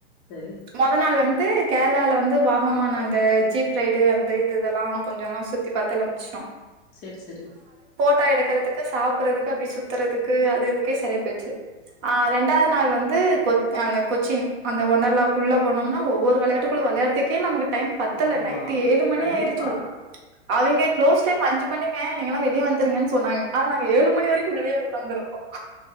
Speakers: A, on the left; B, on the right.
A: சரி
B: மொத நாள் வந் து கேர்ளாலால வந்து வாகமான் அந்த ஜீப் ரைடு அந்த இது இதல்லாம் கொஞ்சொலாம் சுத்தி பாத்து எல்லாம் முடிச்டோம்
A: சேர் செரி
B: டா எடுக்குறதுக்கு சாப்றதுக்கு அப்டி சுத்துறதுக்கு அது இதுக்கே சரியா பேயிர்ச்சி ஆ ரெண்டாது நாள் வந்து கொத் அந்த கொச்சின் அந்த ஒண்டர்லா குள்ள போனோம்னா ஒவ்வொரு வெளையாட்டுகுள்ள வெளையாட்றதுக்கே நமக்கு டைம் பத்தல
A: ஆமா
B: நைட்டு ஏலு மணி
A: கண்டிப்பா
B: ஆயிருச்சு அவிங்க க்ளோஸ் டைம் அஞ்சு மணிங்க நீங்கலா வெளிய வந்துருங்கன் சொன்னாங்க ஆனா நாங்க ஏலும்மணி வரைக்கும் உள்ளையே ந்துருக்கோ